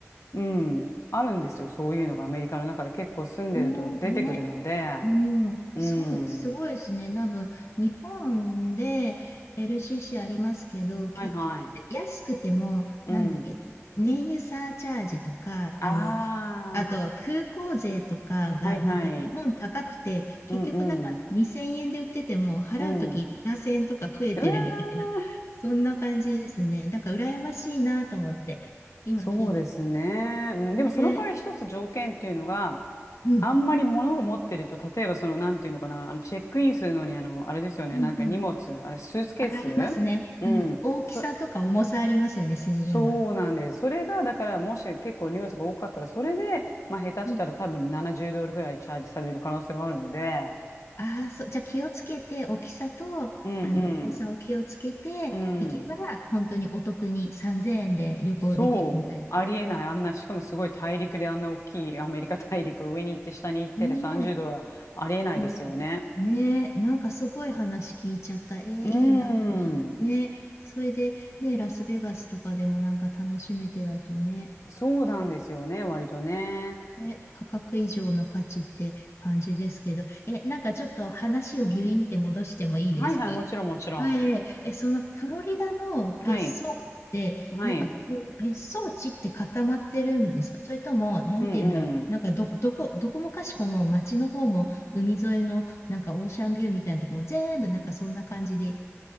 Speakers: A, on the left (about 80°); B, on the left (about 60°).
A: うん、あるんですよ、そういうのがアメリカの中で結構住んでると出てくるので、
B: うん。ね、ねうん、
A: うん、
B: そう、すごいですね。多分、日本で LCC ありますけど、
A: はいはい、
B: 結局、安くても、
A: うん、
B: なんだっけ、燃油サーチャージとか、
A: あ
B: あの、あと空港税とかが、
A: あ、はいはい、
B: なんか日本高くて、結局なんか2000円で売ってても、
A: うんうん、
B: 払うとき7000円とか増えてるみたいな、
A: うん、うわー
B: そんな感じですね。だから、羨ましいなと思って、今聞いて
A: そうですね。うんでもその代わり一つ条件っていうのが、
B: ますね。うん、
A: あんまり物を持ってると、例えばその、なんていうのかな、あのチェックインするのに、あの、あれですよね、
B: うん、
A: なんか荷物、あれ、スーツケース
B: ありますね。
A: うん。
B: うん。大きさとか重さありますよね、
A: そ、
B: 制限が。
A: そうなんです。それが、だから、もし結構荷物が多かったら、それで、まあ、下手したら多分70ドルぐらいチャージされる可能性もあるので、
B: うん。ああ、そう。じゃあ気をつけて、大きさと、
A: うん
B: あの、重さを気をつけていけば、
A: うん。うん。
B: 本当にお得に3000円で旅行できるみたい
A: そう、ありえない、あんな、しかもすごい大陸であんな大きいアメリカ大陸を上に行って下に行ってで30度はありえないですよね。
B: な。ねえ。うん。ねえ、なんかすごい話聞いちゃった。えー、
A: うーん、
B: いいな。ねえ。それで、ね、ラスベガスとかでもなんか楽しめてだとね、
A: そうなんですよね、割とね。
B: ね、価格以上の価値って感じですけど、え、なんかちょっと話をギュインって戻してもいいですか
A: はいはい、もちろんもちろん。
B: はい、え、そのフロリダの別荘って、
A: はい、はい、
B: なんかべ別荘地って固まってるんですかそれとも、なんて言うんだろう。
A: うんうん。
B: なんかどこ、どこ、どこもかしこも街の方も海沿いのなんかオーシャンビューみたいなとこも全部なんかそんな感じで